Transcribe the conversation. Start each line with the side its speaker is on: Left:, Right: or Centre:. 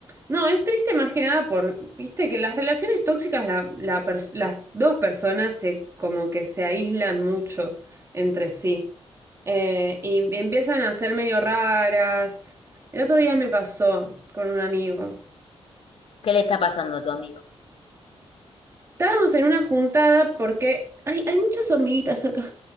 Right: no, es triste más que nada por, viste, que las relaciones tóxicas, la- la pers- las dos personas se, como que se aíslan mucho entre sí Eh, y empiezan a ser medio raras. El otro día me pasó con un amigo.
Left: ¿Qué le está pasando a tu amigo?
Right: Estábamos en una juntada porque hay, hay muchas hormiguitas acá.